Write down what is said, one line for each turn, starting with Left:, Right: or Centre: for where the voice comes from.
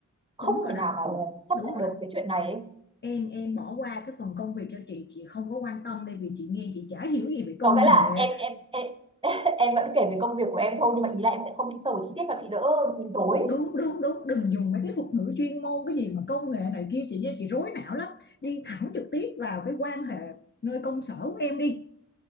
Right: không
Left: đúng rồi
Right: thể
Left: đó
Right: nào mà chấp
Left: đúng
Right: nhận
Left: rồi
Right: được
Left: đó
Right: cái chuyện này ấy.
Left: em em bỏ qua cái phần công việc cho chị chị không có quan tâm đây vì chị nghe chị chả hiểu gì về công
Right: có nghĩa
Left: nghệ
Right: là em em em <laughs> em vẫn kể về công việc của em thôi nhưng mà ý là em sẽ không đi sâu vào chi tiết cho chị đỡ bị rối
Left: đúng đúng đúng đừng dùng mấy cái thuật ngữ chuyên môn cái gì mà công nghệ này kia chị nghe chị rối não lắm đi thẳng trực tiếp vào cái quan hệ nơi công sở của em đi